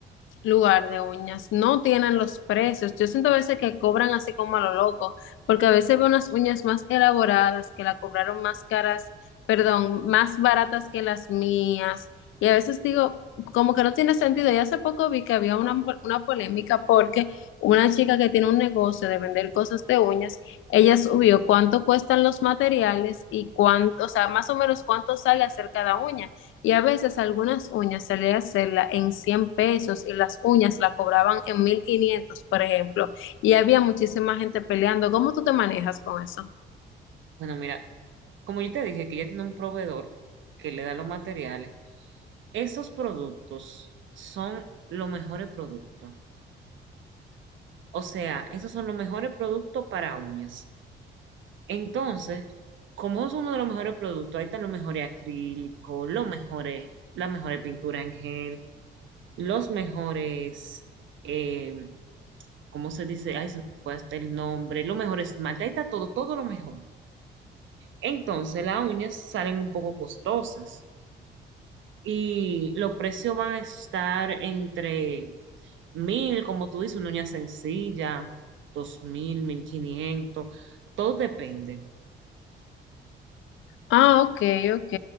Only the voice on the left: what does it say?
lugar de uñas, no tienen los precios. Yo siento a veces que cobran así como a lo loco, porque a veces veo unas uñas más elaboradas que la cobraron más caras, perdón, más baratas que las mías. Y a veces digo, como que no tiene sentido. Y hace poco vi que había una, una polémica porque una chica que tiene un negocio de vender cosas de uñas, ella subió cuánto cuestan los materiales y cuánto, o sea, más o menos cuánto sale hacer cada uña. Y a veces algunas uñas se le hacerla en 100 pesos y las uñas la cobraban en mil quinientos por ejemplo. Y había muchísima gente peleando. ¿Cómo tú te manejas con eso?
Ah, ok, ok.